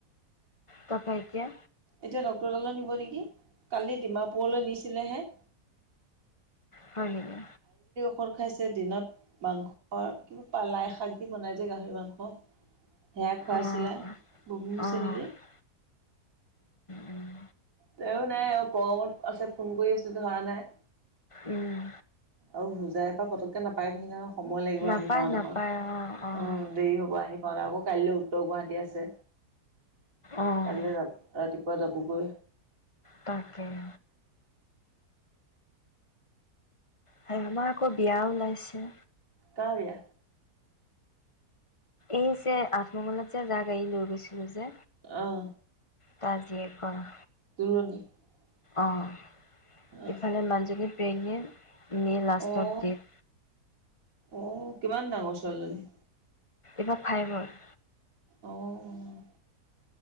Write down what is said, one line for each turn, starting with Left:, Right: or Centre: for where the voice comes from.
Left: ত খাইতিয়া
Right: এতিয়া ড্ক্তৰ তালৈ নিব নেকি কালি ডিমাপুৰলৈ নিছিলেহে।
Left: হয় নেকি?
Right: <unintelligible> দিনত মাংস কিবা প লাই শাক দি বনাই যে গাহৰি মাংস সেয়া খুৱাইছিলে
Left: অ',
Right: বমি হৈছে
Left: অ', উম,
Right: নেকি।
Left: উম,
Right: তেওঁও নাই আৰু পগমত আছে ফোন কৰি আছো ধৰা নাই
Left: উম,
Right: আৰু হোজাই পৰা পতককে নাপায় বিহিন। সময় লাগিব
Left: নাপায়
Right: আহি পাওঁতে
Left: নাপায়
Right: পাওঁতে
Left: অ', অ',
Right: উম দেৰি হ'ব আহি। আকৌ কাইলৈ উত্তৰ গুৱাহাটী আছে।
Left: অ',
Right: এলি যাম ৰাতিপুৱা যাবগৈ।
Left: তাকেই। হয় আমাৰ আকৌ বিয়া ওলাইছে
Right: কা‌ৰ বিয়া?
Left: এই যে আঠমগলত যে যাক গাড়ী লৈ গৈছিলো যে।
Right: আহ।
Left: তাৰ জীয়েকৰ।
Right: <inaudible>
Left: আহ।
Right: অহ
Left: ইফালে মাজুলিত <inaudible> মে লাষ্ট
Right: অ
Left: অফ ডট
Right: অ' কিমান ডাঙৰ ছোৱালীজনী?
Left: এইবাৰ ফাইভৰ
Right: অ'।